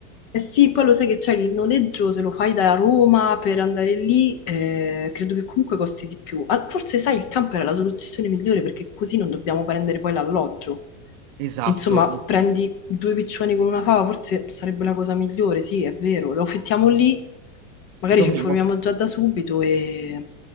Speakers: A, on the left; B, on the right.
A: Eh sì, poi lo sai che c'è che il noleggio, se lo fai da Roma per andare lì, eh, credo che comunque costi di più. Ah, forse, sai, il camper è la soluzione migliore perché così non dobbiamo prendere poi l'alloggio.
B: Esatto,
A: Insomma,
B: no-
A: prendi due piccioni con una fava, forse sarebbe la cosa migliore, sì, è vero. Lo affittiamo lì, magari
B: dovremmo
A: ci informiamo già da subito e